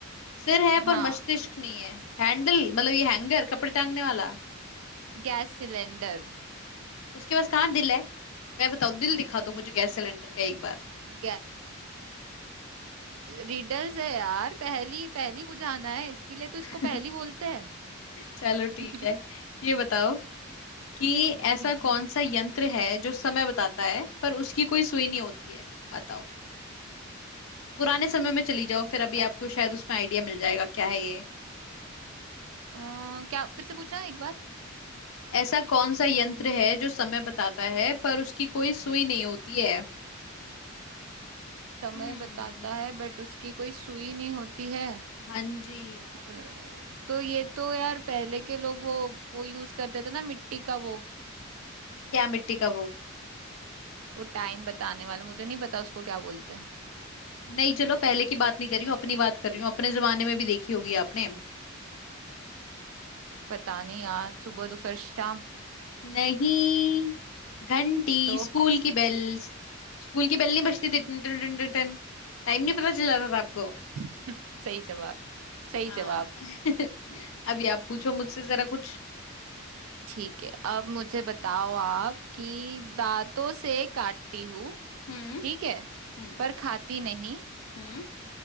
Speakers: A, on the left (about 70°); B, on the right (about 70°).
A: सिर है पर
B: हाँ
A: मस्तिष्क नहीं है हैंडल मतलब ये हैंगर कपड़े टांगने वाला
B: गैस सिलेंडर
A: उसके पास कहाँ दिल है मैं बताओ दिल दिखा दो मुझे गैस सिलेंडर का एक बार
B: गै... रीडर्स है यार पहली पहली बुझाना है इसके लिए तो इसको
A: <laughs>
B: पहली बोलते हैं
A: चलो
B: <laughs>
A: ठीक है ये बताओ कि
B: हम्म
A: ऐसा कौन सा यंत्र है जो समय बताता है पर उसकी कोई सुई नहीं होती है बताओ पुराने समय में चली जाओ फिर अभी
B: ए-
A: आपको शायद उसमें आइडिया मिल जाएगा क्या है
B: अ, क्या फिर से पूछना एक बार
A: ऐसा कौन सा यंत्र है जो समय बताता है पर उसकी कोई सुई नहीं होती है
B: समय
A: हम्म
B: बताता है बट उसकी कोई सुई नहीं होती है
A: हाँ जी
B: और तो ये तो यार पहले के लोग वो वो यूज करते थे ना मिट्टी का वो
A: क्या मिट्टी का वो
B: वो टाइम बताने वाला मुझे नहीं पता उसको क्या बोलते हैं
A: नहीं चलो पहले की बात नहीं कर रही हूँ अपनी बात कर रही हूँ अपने जमाने में भी देखी होगी आपने
B: पता नहीं यार सुबह दोपहर शाम
A: नहीं घंटी
B: तो
A: स्कूल की बेल स्कूल की बेल नहीं बजती थी टन टन टन टन टन टाइम नहीं पता चल जाता था आपको
B: <laughs> सही जवाब सही
A: हाँ
B: जवाब
A: <laughs> अभी आप पूछो मुझसे जरा कुछ
B: ठीक है अब मुझे बताओ आप कि दांतों से काटती हूँ
A: हम्म
B: ठीक है
A: हम्म
B: पर खाती नहीं
A: हम्म